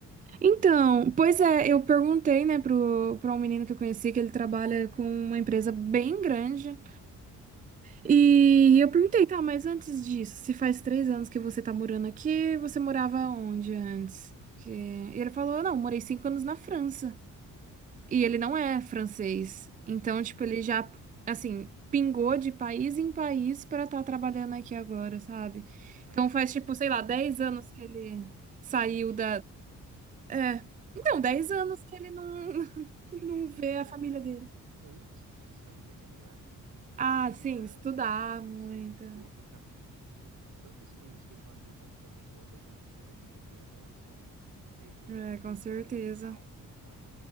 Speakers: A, on the right; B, on the right.
A: Então, pois é, eu perguntei, né, pro,
B: Uhum,
A: pra um menino que eu conheci que ele trabalha com uma empresa bem grande. E eu perguntei, tá, mas antes disso, se faz três anos que você tá morando aqui, você morava onde antes? Que- E ele falou, não, morei cinco anos na França. E ele não é francês.
B: uhum.
A: Então, tipo, ele já, assim, pingou de país em país pra estar trabalhando aqui agora, sabe?
B: Sim, mas
A: Então
B: e
A: faz,
B: tipo
A: tipo, sei
B: antes,
A: lá, dez anos que ele saiu
B: antes,
A: da. É.
B: mas
A: Então, dez
B: an...
A: anos que ele não, <laughs>
B: sim,
A: não
B: mas eu
A: vê
B: digo tipo
A: a família dele.
B: antes disso ainda, tá ligado? Imagina,
A: Ah, sim, estudar muito.
B: sim, todo o caminho que tudo, tantas coisas que ele não abriu mão também, igual talvez você vai ter que abrir agora, sabe? É isso que eu quero
A: É,
B: dizer,
A: com certeza.
B: para ele estar onde ele tá.